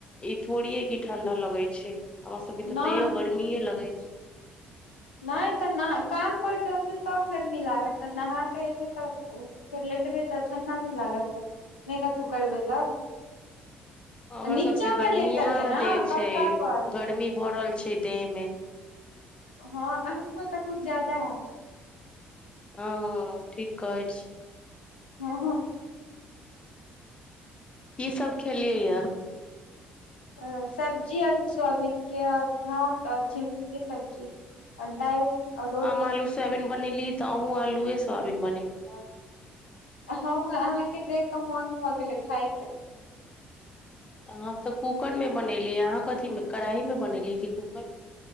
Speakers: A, on the left (about 20°); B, on the left (about 80°).
A: ई थोड़ीे हइ की ठंडा लगे छै हमर सबके तऽ
B: नहि
A: तैयो गर्मीेए लगे छै
B: नहि तऽ न काम करैत रहब तब गर्मी लागत नहाकऽ एबै तऽ फेर लेटबै तऽ ठंडा नहि लागत तब नहि कथहु करबै तब
A: हमर
B: नीचा
A: सबके गर्मिया
B: मे लेटल है ने
A: देह
B: पक्का
A: छै
B: पर
A: गर्मी भरल छै देह मे
B: हँ अ तऽ कुछ जादा हायत
A: हँ ठीक कहै छी
B: हँ हँ
A: की सब खेलियै या
B: अ सब्जी अ सोयबीन के और भात औरझुमनी के सब्जी आ दालि और रोटी
A: आ आालू सोआबिन बनेली तऽ अहूँ आलुए सोआबिन अभी बनेलिय
B: हँ अहाँके देख कऽ मोन भऽ गेलै खाय के
A: हम तऽ कूकर मे बनेली अहाँ कथीमे कढ़ाइ मे बनेली कि कूकर मे